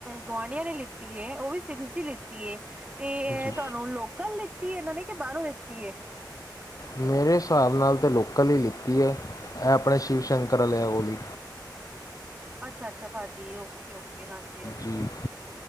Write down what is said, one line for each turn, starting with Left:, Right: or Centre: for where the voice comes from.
Right: ਗੁਆਂਢੀਆਂ ਨੇ ਲਿੱਤੀ ਹੈ ਉਹ ਵੀ ਤੇ ਤੁਸੀ ਲਿੱਤੀ ਹੈ ਤੇ
Left: ਜੀ
Right: ਤੁਹਾਨੂੰ ਲੋਕਲ ਲਿੱਤੀ ਹੈ ਇਹਨਾਂ ਨੇ ਕਿ ਬਾਹਰੋਂ ਲਿੱਤੀ ਹੈ
Left: ਮੇਰੇ ਹਿਸਾਬ ਨਾਲ ਤਾਂ ਲੋਕਲ ਹੀ ਲਿੱਤੀ ਹੈ ਇਹ ਆਪਣੇ ਸ਼ਿਵ ਸ਼ੰਕਰ ਵਾਲਿਆਂ ਕੋਲ ਹੀ
Right: ਅੱਛਾ ਅੱਛਾ ਭਾਜੀ ਓਕੇ ਓਕੇ ਹਾਂਜੀ ਹਾਂਜੀ
Left: ਜੀ